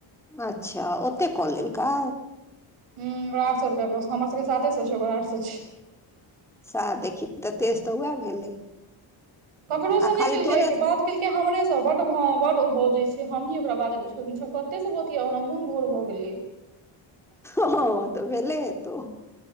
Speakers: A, in the centre; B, on the right.
A: अच्छा ओतेक कऽ लेलकै
B: हं ओकरा आठ सौ रुपया हमर सबके साते सौ छै ओकरा आठ सौ छै
A: सह देखी तऽ तेज तऽ उएह भेलै
B: करड़ो से
A: आ खाली
B: नहि केलकै
A: तोरे
B: बात केलकै हमरे से बड ह बड ओ बजै छै हमी ओकरा बाजल छोड़ने छ छी हम कते से बतियै हमरा मोन घोर भऽ गेलै
A: ओ तऽ भेलले हेतौ